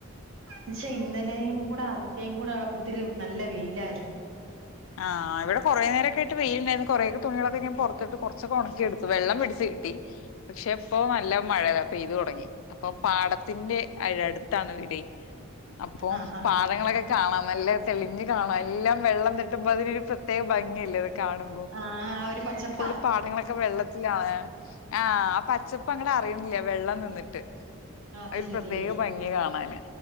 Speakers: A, on the right; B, on the left.
A: പക്ഷെ ഇന്നലെയും കൂടെ അതിന്റെയും കൂടെ ഇതില് നല്ല വെയിലായിരുന്നു
B: ആ ഇവിടെ കുറെ നേരൊക്ക ആയിട്ട് വെയിലുണ്ടായിരുന്നു കുറെ ഒക്ക തുണികളൊക്കെ ഞൻ പുറത്തിട്ട് കുറച്ചക്കെ ഉണക്കിടുത്തു പിടിച്ച് പക്ഷെ അപ്പൊ നല്ല മഴ പെയ്ത് തുടങ്ങി അപ്പൊ പാടത്തിന്റെ അടുത്താണ് വീടെ അപ്പോ
A: ആഹ് ആഹ്
B: പാടങ്ങളൊക്കെ കാണാം നല്ല തെളിഞ്ഞു കാണാം എല്ലാം വെള്ളം തെട്ടുമ്പോ അതിനൊരു പ്ര പ്രത്യേക ഭംഗില്ലേ അത് കാണുമ്പോ
A: ആഹ് ആഹ് ആ ഒരു പച്ചപ്പാ
B: ഫുള്ള് പാടങ്ങളൊക്കെ വെള്ള ല്ലാ ആ ആ പച്ചപ്പ് അങ്ങടെ അറിയണില്ല വെള്ളം നിന്നിട്ട്
A: അത്
B: അവര്
A: ശരി
B: പ്രത്യേക ഭംഗി കാണാന്